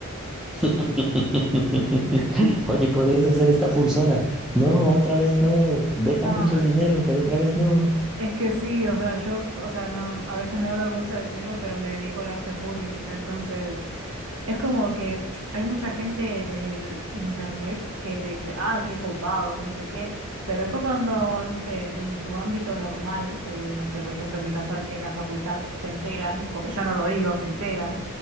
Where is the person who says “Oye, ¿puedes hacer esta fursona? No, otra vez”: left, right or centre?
Centre